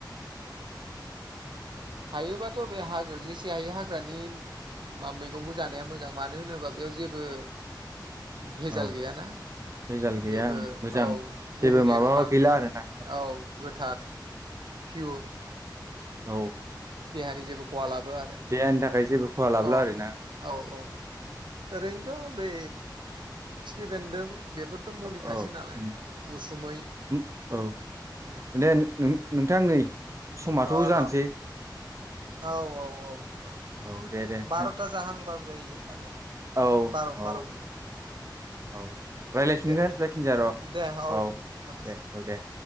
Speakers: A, on the right; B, on the right.
A: हायोबाथ बे हा गो जेसे हायो हाग्रानि मा मैगंखौ जानाया मोजां मानो होनोबा बेयाव जेबो। भेजाल
B: औ
A: गैयाना
B: रिजाल गैया
A: जेबो
B: ओं मोजां
A: औ
B: जेबो
A: गुबुंले
B: माबा
A: नङा
B: गैला आरोना
A: औ गो थार फियर
B: औ
A: देहानि जेबो खहा लाबोआ आरो
B: देहानि थाखाय जेबो खहा लाबोला
A: औ
B: आरोना
A: औ औ। ओरैनोथ' बे खिफि बेन्दों बेफोरथ' मुलिखासो
B: औ औ
A: नालाय
B: उम
A: उसुमै
B: उम औ
A: उम
B: दे नों-नोंथां नै समाथ'
A: अ
B: जानसै।
A: र' औ औ औ र'
B: औ दे दे नोंथां
A: बार'था जाहांबाबो जायो जानायालाय
B: औ
A: बार'
B: औ
A: बार' मिनिट।
B: औ रायज्लायफिनगोन
A: दे
B: जायखिनजाया र'
A: दे होमबालाय
B: औ दे औ दे।